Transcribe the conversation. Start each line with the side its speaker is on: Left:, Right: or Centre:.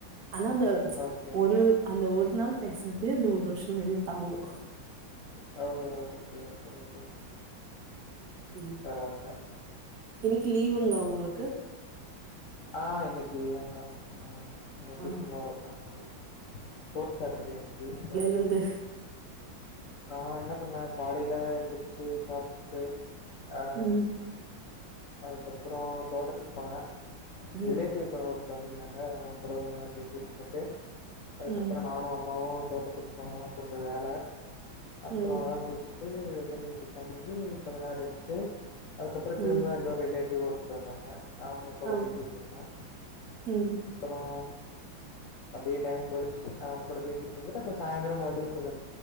Right: ஆனா அந்த
Left: ஓகே.
Right: ஒரு அந்த ஒரு நாள் பேசுறது அந்த ஒரு வருஷம் வெளிய தாங்கு
Left: ஓகே ஓகே ஓகே
Right: ம்
Left: பரவால்ல.
Right: இன்னிக்கு லீவுங்களா ஒங்களுக்கு
Left: ஆ இன்னிக்கு லீவு தாங்கா அ
Right: ஆ.
Left: <unintelligible> ஃபோர்த் சாட்டர்டே இன்னிக்கி சோ
Right: வந்து
Left: நா என்ன பண்ணே காலையில எந்திரிச்சு சாப்டுட்டு ஆ
Right: ம்,
Left: அதுக்கப்புறோ தோட்டத்துக்கு போனே
Right: ம்,
Left: ரிலேட்டிவ் <unintelligible> வந்துருந்தாங்க அவங்க கூட கொஞ்ச நேரோ பேசிட்ருந்துட்டு அதுக்கப்புறோ
Right: ம்,
Left: நானு அம்மாவு தோட்டத்துக் போனோ கொஞ்சோ வேல அப்புற
Right: ம்,
Left: அதெல்லா முடிச்சிட்டு ரிட்டர்ன் வீட்டுக்கு வந்து கொஞ்ச நேரோ ரெஸ்ட்டு அதுக்கப்புறோ
Right: ம்.
Left: திரும்ப இன்னொரு ரிலேட்டிவ் ஒருத்தர் வந்தாங்க அவங்க கூட
Right: ஆ,
Left: பேசிட்ருந்தே
Right: ம்,
Left: அப்றோ அப்டியே டைம் போயிட்ச்சு அவங்க கூட பேசிட்ருந்துட்டு அப்றோ சாயந்தரோ மறுபடியு கொஞ்ச